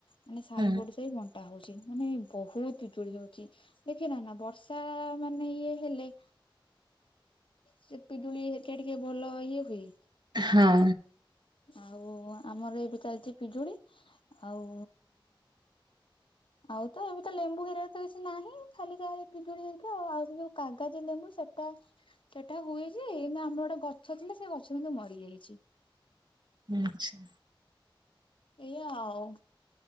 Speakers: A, on the left (about 70°); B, on the right (about 55°).
A: ମାନେ ସାହି
B: ହୁଁ
A: ପଡିସା ବି ବଣ୍ଟା ହଉଛି ମାନେ। ବହୁତ ବିିଜୁଳି ହଉଛି ଦେଖିନ ନା ବର୍ଷା ମାନେ ଇଏ ହେଲେ। ସେ ପିଜୁଳି ହେରିକା ଟିକେ ଭଲ ଇଏ ହୁଏ।
B: ହାଁ।
A: ଆଉ ଆମର ଏବେ ଚାଲିଛି ପିଜୁଳି ଆଉ।
B: <inaudible>
A: ଆଉ ତ ଏବେ ତ ଲେମ୍ବୁ ହେରିକା ତ କିଛି ନାହିଁ ଖାଲିକା ଯା ଏ ପିଜୁଳି ହେରିକା ଆଉ ସେ ଯୋଉ କାଗାଜି ଲେମ୍ବୁ ସେଟା। ସେଟା ହୁଏ ଯେ ଏଇନା ଆମର ଗୋଟେ ଗଛ ଥିଲା ସେ ଗଛ କିନ୍ତୁ ମରିଯାଇଛି।
B: ଆଛା।
A: ଏଇଆ ଆଉ।